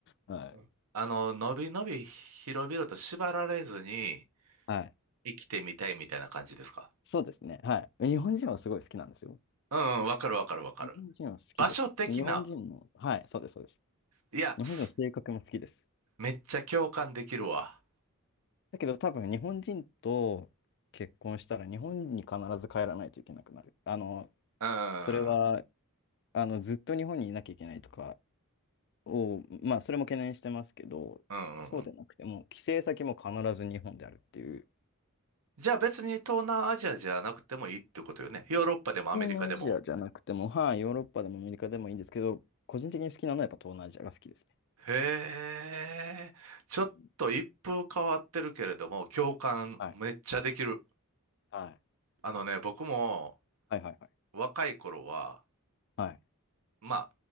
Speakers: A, on the left; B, on the right.
A: はい。
B: うんあの、のびのび広々と縛られずに
A: はい。
B: 生きてみたいみたいな感じですか
A: そうですね。はい。日本人はすごい好きなんですよ。
B: うんうん、わかるわかるわかる。
A: 日本人は好きです。
B: 場所的な、
A: 日本人の、はい、そうです、そうです。
B: いや、
A: 日本人の性格も好きです。
B: すめっちゃ共感できるわ。
A: だけど多分日本人と結婚したら日本に必ず帰らないといけなくなる。あの、
B: うん、
A: それは、
B: うん
A: あの、ずっと日本にいなきゃいけないとかを、まあ、それも懸念してますけど、
B: うんうん。
A: そうでなくても、帰省先も必ず日本であるっていう、
B: じゃあ別に東南アジアじゃなくてもいいってことよね。ヨーロッパでもアメリカでも
A: 東南アジアじゃなくても、はい、ヨーロッパでもアメリカでもいいんですけど、個人的に好きなのはやっぱ東南アジアが好きですね。
B: へえ、ちょっと一風変わってるけれども、
A: うん
B: 共感めっちゃできる。
A: はい。はい。
B: あのね、僕も
A: はいはいはい。
B: 若い頃は、
A: はい。
B: ま